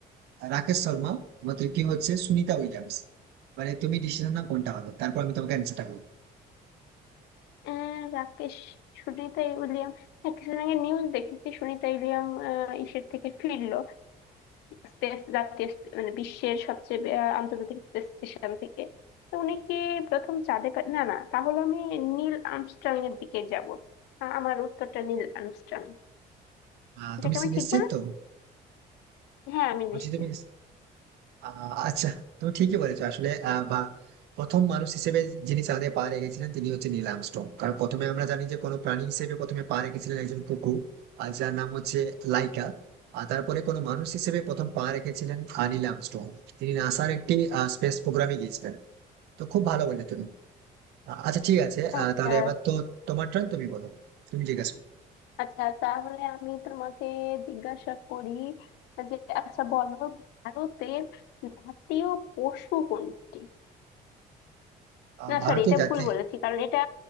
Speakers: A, on the right; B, on the left.
A: রাকেশ শর্মা আবার তৃতীয় হচ্ছে সুনিতা উইলিয়ামস মানে তুমি ডিসিশন না কোনটা হবে তারপর আমি তোমাকে অ্যান্সারটা বলবো
B: আহ রাকেশ সুনিতা উইলিয়াম হ্যাঁ কিছুদিন আগে নিউজ দেখেছি সুনিতা উইলিয়াম আহ, ইসের থেকে ফিরলো স্পেস জাতীয় স্পে- মানে বিশ্বের সবচেয়ে বে- আহ, আন্তর্জাতিক স্পেস স্টেশন থেকে তো উনি কি প্রথম চাঁদে পা- না না তাহলে আমি নীল আর্মস্ট্রং এর দিকে যাব আ- আমার উত্তরটা নীল আর্মস্ট্রং
A: আহ,
B: এটাকে
A: তুমি
B: আমি
A: নিশ্চিত
B: ঠিক বলেছি
A: তো
B: হ্যাঁ আমি
A: বলছি
B: নিশ্চিত
A: তুমি আহ, আচ্ছা তুমি ঠিকই বলেছো আসলে আহ, বা প্রথম মানুষ হিসেবে যিনি চাঁদে পা রেখেছিলেন তিনি হচ্ছে নীল আর্মস্ট্রং কারণ প্রথমে আমরা জানি যে কোনো প্রাণী হিসেবে প্রথমে পা রেখেছিলেন একজন কুকুর আর যার নাম হচ্ছে লাইকা আর তারপরে কোনো মানুষ হিসেবে প্রথম পা রেখেছিলেন আহ, নীল আর্মস্ট্রং তিনি নাসার একটি স্পেস প্রোগ্রামে গিয়েছিলেন তো খুব ভালো বললে তুমি আহ, আচ্ছা ঠিক আছে আহ,
B: আচ্ছা
A: তাহলে এবার তো তোমার টার্ন তুমি বলো তুমি জিজ্ঞাসা করো
B: আচ্ছা তাহলে আমি তোমাকে জিজ্ঞাসা করি যে আচ্ছা বলো ভারতের জাতীয় পশু কোনটি
A: আহ,
B: না
A: ভারতের
B: সরি এটা
A: জাতীয়
B: ভুল বলেছি কারণ এটা